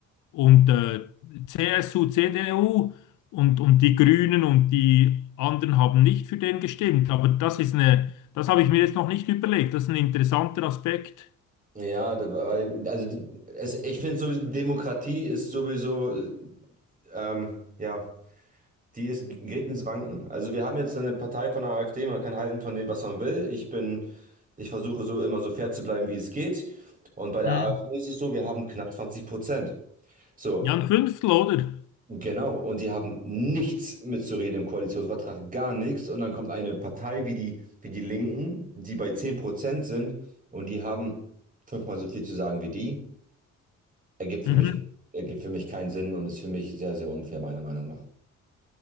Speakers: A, on the left; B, on the right.
A: und äh, CSU, CDU und, und die Grünen und die anderen haben nicht für den gestimmt. Aber das ist eine, das habe ich mir jetzt noch nicht überlegt. Das ist ein interessanter Aspekt.
B: ja, da- weil, also die, es, ich finde sowieso, Demokratie ist sowieso, ähm, ja, die ist, gerät ins Wanken. Also wir haben jetzt eine Partei von der AfD, man kann halten von dem, was man will. Ich bin, ich versuche so immer so fair zu bleiben, wie es geht. Und bei der
A: Mhm.
B: AfD ist es so, wir haben knapp 20 Prozent. So,
A: Ja, ein Fünftel, oder?
B: Genau, und die haben nichts mitzureden im Koalitionsvertrag, gar nichts. Und dann kommt eine Partei wie die, wie die Linken, die bei 10% sind und die haben fünfmal so viel zu sagen wie die. Ergibt für
A: Mhm.
B: mich, ergibt für mich keinen Sinn und ist für mich sehr, sehr unfair, meiner Meinung nach.